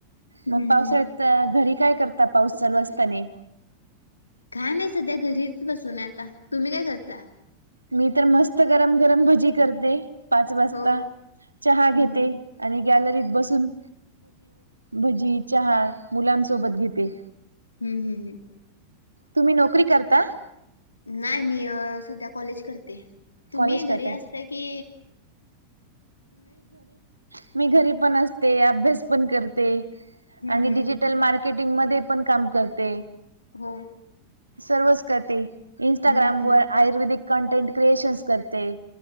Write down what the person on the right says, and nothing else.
मग पावसाळ्यातं
घरी काय करता पाऊस चालू असताना.
मी तर मस्त गरम गरम भजी करते. पाच वाजता
चहा
घेते.
आणि गॅलरीत बसून भजी चहा मुलांसोबत घेते.
तुम्ही नोकरी करता. नाही
कॉलेज
करता
मी घरी पण असते अभ्यास पण करते.
आणि
डिजिटल मार्केटिंग मध्ये पण काम करते.
सर्वचं करते इंस्टाग्राम
वर, आयुर्वेदिक कंटेंट क्रिएशनस करते.